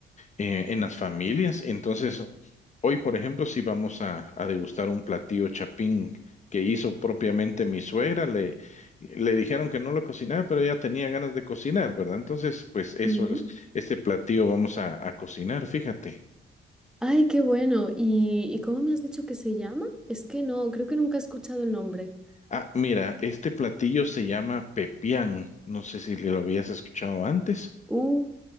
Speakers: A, on the left; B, in the centre.
A: eh, en las familias. Entonces, hoy, por ejemplo, si vamos a, a degustar un platillo chapín que hizo propiamente mi suegra, le, le dijeron que no lo cocinara, pero ella tenía ganas de cocinar, ¿verdad? Entonces, pues eso
B: Ujú.
A: es, este platillo vamos a, a cocinar, fíjate.
B: Ay, qué bueno. ¿Y, y cómo me has dicho que se llama? Es que no, creo que nunca he escuchado el nombre.
A: Ah, mira, este platillo se llama pepián. No sé si lo habías escuchado antes.
B: Uh,